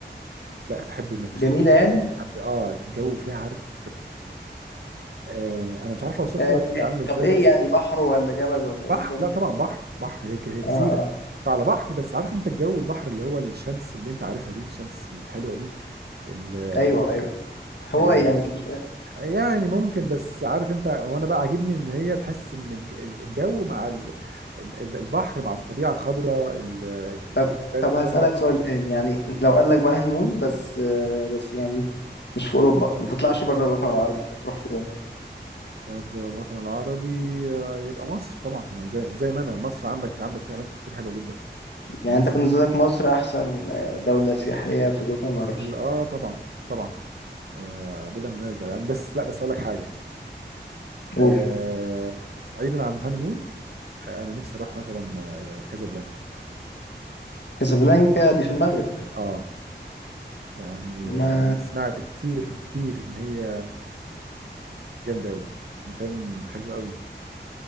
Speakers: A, on the right; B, on the left.
A: لا هتحب انك تشوفها
B: جميله يعني
A: هتحب اه الجو فيها عارف آه انا مش عارف اوصف
B: آه
A: لك هي عامله ازاي
B: طب ايه
A: بس
B: يعني بحر ولا جبل ولا ايه
A: بحر
B: نظام
A: لا طبعا بحر بحر هي هي جزيره
B: آه آه.
A: فعلى بحر بس عارف انت الجو البحر اللي هو الشمس اللي انت عارفها دي الشمس الحلوه دي ال-
B: ايوه
A: و-
B: ايوه هو
A: آه
B: يعني كده شويه
A: يعني ممكن بس عارف انت هو انا بقى عاجبني ان هي تحس ان الج- الجو مع ال- ال- البحر مع الطبيعه الخضراء ال- الجبال
B: طب طب
A: الخضراء
B: هسألك سؤال تاني يعني لو قال لك بقى هنيمون بس آه بس يعني مش في اوروبا ما تطلعش بره الوطن العربي تروح فين
A: الوطن العربي آه، يبقى مصر طبعا ما زي زي ما انا مصر عندك عندك في اماكن كتير حلوه جدا
B: يعني
A: مصر
B: انت بالنسبه
A: ع-
B: لك مصر احسن آه، دوله سياحيه في الوطن العربي
A: اه طبعا طبعا آه بلا منازع يعني بس لا بس اقول لك حاجه
B: قول
A: آه بعيدا عن الهانيمون آه انا نفسي اروح مثلا آه، كازابلانكا
B: كازابلانكا دي في المغرب
A: اه يعني
B: ما
A: انا سمعت كتير كتير ان هي جامده قوي مكان حلو قوي